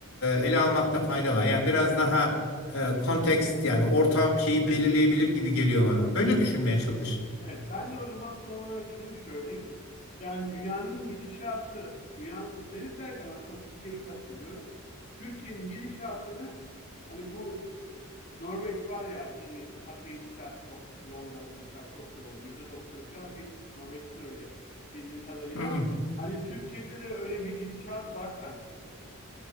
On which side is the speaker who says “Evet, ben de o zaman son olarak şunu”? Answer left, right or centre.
Left